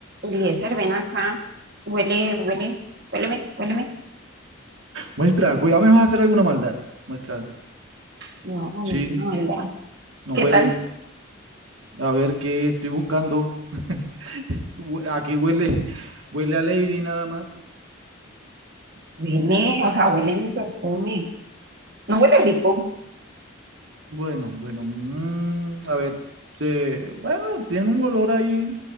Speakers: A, on the right; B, on the right.
A: Eliezer, ven acá, huele, huele, huéleme, huéleme.
B: Muestra, cuidado, me vas a hacer alguna maldad. Muestra,
A: No, no,
B: Sí,
A: huelga.
B: no
A: ¿Qué
B: huele.
A: tal?
B: A ver qué estoy buscando. <laughs> Hue- Aquí huele, huele a Lady nada más.
A: Huele, o sea, huele mi perfume. No huele rico,
B: Bueno, bueno, mm, a ver. se- bueno, tiene un olor ahí